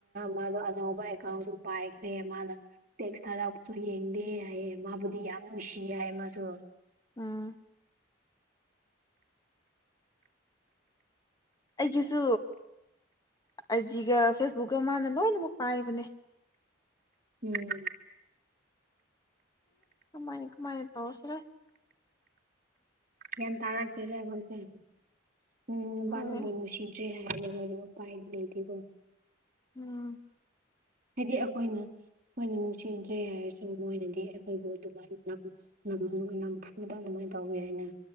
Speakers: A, on the right (about 45°); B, on the left (about 20°).
A: ꯃꯥꯗꯣ ꯑꯅꯧꯕ ꯑꯦꯀꯥꯎꯟꯁꯨ ꯄꯥꯏꯈ꯭ꯔꯦ ꯃꯥꯅ ꯇꯦꯛꯁ ꯊꯥꯔꯥꯎꯄꯁꯨ ꯌꯦꯡꯗꯦ ꯍꯥꯏꯌꯦꯦ ꯃꯥꯕꯨꯗꯤ ꯌꯥꯝ ꯅꯨꯡꯁꯤꯌꯦ ꯍꯥꯏ ꯃꯥꯁꯨ
B: ꯎꯥ ꯑꯩꯒꯤꯁꯨ ꯑꯖꯤꯒ ꯐꯦꯁꯕꯨꯛꯀ ꯃꯥꯅ ꯂꯣꯏꯅꯃꯛ ꯄꯥꯏꯕꯅꯦ
A: ꯎꯝ
B: ꯦꯥꯏ ꯇꯥꯎꯁꯔ
A: ꯌꯥꯝꯦꯟ ꯇꯔꯥ ꯀꯦꯔꯦꯣꯏꯁꯦ ꯎꯝ ꯄꯥꯟꯕ
B: ꯍꯣꯏ
A: ꯃꯁꯤ ꯦ ꯍꯥꯏꯔꯦꯈꯣꯏꯅꯦ ꯎꯄꯥꯏꯗꯤ ꯂꯩꯇꯦꯀꯣ
B: ꯎꯝ
A: ꯍꯥꯏꯗꯤ ꯑꯩꯈꯣꯏꯅ ꯑꯩꯈꯣꯏꯅ ꯅꯨꯡꯁꯤꯖꯩ ꯍꯥꯏꯔꯁꯨ ꯃꯣꯏꯅꯗꯤ ꯑꯩꯈꯣꯏꯕꯨ ꯑꯗꯨꯃꯥꯏꯅ ꯅꯝ ꯐꯨꯕꯗ ꯑꯗꯨꯃꯥꯏꯅ ꯇꯧꯕꯋ ꯑꯩꯅ